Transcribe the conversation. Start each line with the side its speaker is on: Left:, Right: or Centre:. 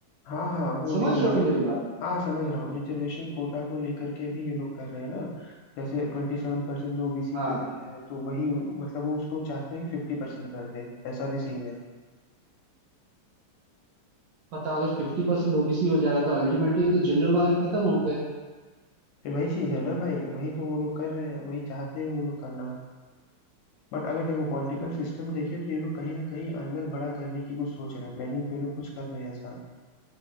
Left: हाँ हाँ वो
Right: समझ
Left: देखो
Right: रहे
Left: रिजर्व
Right: हो मेरी बात
Left: हाँ समझ रहा हूँ रिजर्वेशन कोटा को लेकर के भी ये लोग कर रहे हैं ना जैसे ट्वेंटी सेवन परसेंट जो ओबीसी
Right: हाँ
Left: के लिए है तो वही मतलब वो उसको चाहते हैं कि फिफ्टी परसेंट कर दे ऐसा भी सीन है
Right: बताओ अगर फिफ्टी परसेंट ओबीसी हो जाएगा तो अल्टीमेटली तो जनरल वाले खत्म हो गए
Left: फिर वही चीज है ना भाई वही तो वो लोग कर रहे हैं वही चाहते हैं वो लोग करना बट अगर देखो पॉलिटिकल सिस्टम देखे तो ये लोग कहीं ना कहीं अंदर बड़ा करने की कुछ सोच रहे हैं प्लानिंग तो ये लोग कुछ कर रहे हैं ऐसा